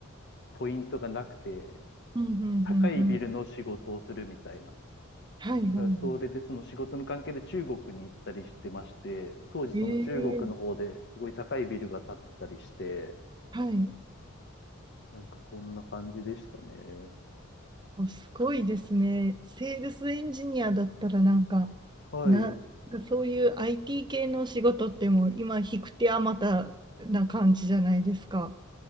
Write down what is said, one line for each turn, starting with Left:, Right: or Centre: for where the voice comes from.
Left: ポイントがなくて、
Right: うんうんうん。
Left: 高いビルの仕事をするみたいな。
Right: はいはいは
Left: だからそれでその仕事の関係で中国に行ったりしてまして、当時その中国の方ですごい高いビルが建ってたりして、
Right: い。ええはい。
Left: なんかそんな感じでしたね。
Right: おすごいですね。セールスエンジニアだったらなんか、
Left: はい、
Right: な、そういう IT 系の仕事ってもう今、引く手あまたな感じじゃないですか。